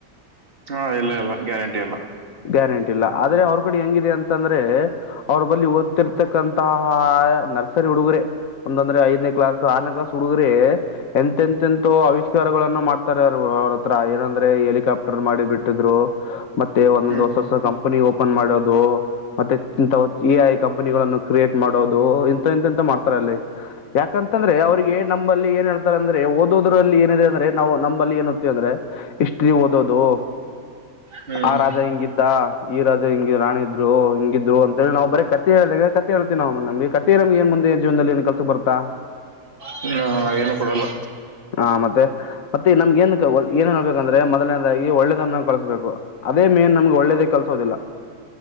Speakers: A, on the right; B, on the left.
A: ಹಾ ಇಲ್ಲ ಇಲ್ಲ ಗ್ಯಾರಂಟಿ ಇಲ್ಲ
B: ಗ್ಯಾರಂಟಿ ಇಲ್ಲ ಆದ್ರೆ ಅವ್ರ ಕಡೆ ಹೆಂಗಿದೆ ಅಂತಂದ್ರೆ ಅವ್ರ ಬಳಿ
A: ಹ್ಮ್
B: ಓದಿರಿದಂತ ಅಂತ ನರ್ಸರಿ ಹುಡುಗರೆ ಒಂದಂದ್ರೆ ಐದನೇ ಕ್ಲಾಸ್ ಆರನೇ ಕ್ಲಾಸ್ ಹುಡುಗ್ರೆ ಎಂತೆ ಎಂತೆ ಎಂತ ಅವವಿಷ್ಕಾರಗಳನ್ನ ಮಾಡ್ತಾರೆ ಅವರು ಅವ ಏನಂದ್ರೆ ಹೆಲಿಕಾಪ್ಟರ್ ಮಾಡಿ ಬಿಟ್ಟಿದ್ರು ಮತ್ತೆ ಒಂದೊಂದ್
A: ಹ್ಮ್
B: ಹೊಸ ಹೊಸ ಕಂಪನಿ ಓಪನ್ ಮಾಡೋ ಮತ್ತೆ ಇಥ ಎ ಐ ಕಂಪನಿಗಳನ್ನು ಕ್ರಿಯೇಟ್ ಮಾಡೋದು ಇಂತ ಎಂತ ಎಂತ ಮಾಡ್ತಾರ ಅಲ್ಲಿ ಯಾಕಂತಂದ್ರೆ ಅವ್ರಿಗೆ ನಂಬಲ್ಲಿ ಏನ್ ಹೇಳ್ತಾರೆ ಅಂದ್ರೆ ಓದೋದ್ರ ಅಲ್ಲಿ ಏನಿದೆ ಅಂದ್ರೆ ನಾವು ನಂಬಲ್ಲಿ ಏನತ್ತವಿ ಅಂದ್ರೆ ಹಿಸ್ಟರಿ ಓದೋದು
A: ಹ್ಮ್
B: ಆ ರಾಜ ಹಿಂಗಿದ್ದ ಈ ರಾಜ ಹಿಂಗ ರಾಣಿದ ಇದ್ರು ಹಿಂಗಿದ್ರು ಅಂತೇಳಿ ನಾವು ಬರೀ ಕತೆೆ ಹೇಳ್ದ ಕಥೆ ಹೇಳ್ತವಿ. ಮ್ಮ ನಮಗೆ ಕಥೆ ಹೇಳಿದ್ರ ಏನ್ ಮುಂದ ಜೀವನದಲ್ಲಿ ಏನ್ ಕೆಲಸಕ್ಕ ಬರ್ತಾ?
A: ಹ್ಮ ಏನು ಕೊಡಲ್ಲ.
B: ಆ, ಮತ್ತೆ ಮತ್ತೆ ನಮ್ಗ ಏನ್ ಏನ್ ಹೇಳ್ಬೇಕಂದ್ರೆ ಮೊದಲನೇದಾಗಿ ಒಳ್ಳೇಯದನ್ನ ಕಲ್ಸ್ಬೇಕು. ಅದೇ ಮೇನ್ ನಮ್ಗೆ ಒಳ್ಳೇದೇ ಕಲ್ಸೋದಿಲ್ಲ.